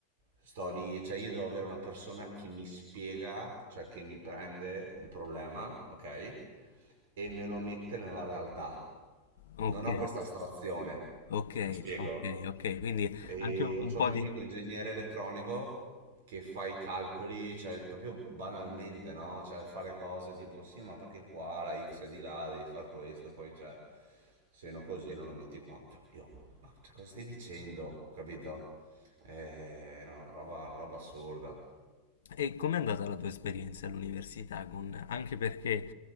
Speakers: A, on the right; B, on the left.
A: sto lì, cioè io devo avere una persona che mi spiega, cioè che mi prende il problema, ok? E me lo mette nella realtà.
B: Ok,
A: Non ho questa astrazione.
B: Ok,
A: Mi spiego?
B: ok, ok, quindi
A: E
B: anche un
A: ho c'ho
B: po'
A: un mio
B: di...
A: amico ingegnere elettronico che fa i calcoli, cioè proprio banalmente, no? Cioè fa le cose tipo sì, ma perché qua la X è di là, devi far questo, poi cioè, se no così non lo metti qua. Cioè, io, ma cioè, cosa stai dicendo? Capito? Eh, no, una roba, una roba assurda.
B: E com'è andata la tua esperienza all'università? Con... Anche perché